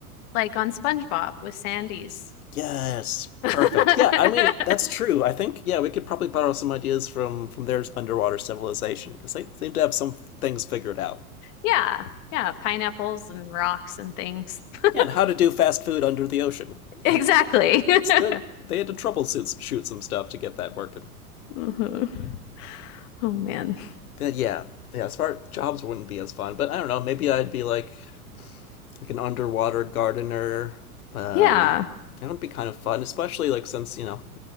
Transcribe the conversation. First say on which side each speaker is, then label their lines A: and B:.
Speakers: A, on the left (about 50°); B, on the left (about 70°).
A: Like on SpongeBob with Sandy's.
B: Yes,
A: <laughs>
B: perfect. Yeah, I mean that's true. I think yeah, we could probably borrow some ideas from from their underwater civilization because they seem to have some things figured out.
A: Yeah, yeah, pineapples and rocks and things. <laughs>
B: Yeah, and how to do fast food under the ocean.
A: Exactly.
B: That, that's
A: <laughs>
B: the, they had to troubleshoot shoot some stuff to get that working.
A: Mhm. Oh man.
B: But yeah, yeah. As far jobs wouldn't be as fun, but I don't know. Maybe I'd be like like an underwater gardener. Um,
A: Yeah.
B: that would be kind of fun, especially like since you know